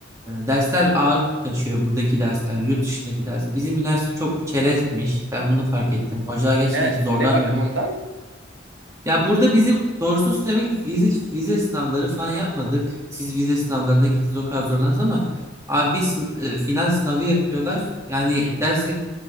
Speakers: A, on the right (about 15°); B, on the right (about 75°).
A: dersler ağır kaçıyor buradaki dersler, yurt dışındaki dersler. Bizim üniversite çok çerezmiş. Ben bunu fark ettim. Hocalar gerçekten
B: Ne,
A: hiç zorlamıyor.
B: ne bakımından?
A: Ya burada bizim doğrusunu söylemek vize, vize sınavları falan yapmadık. Siz vize sınavlarına gittiniz o kadar zorlandınız ama abi biz e, final sınavı yapıyorlar. Yani
B: Hı.
A: dersin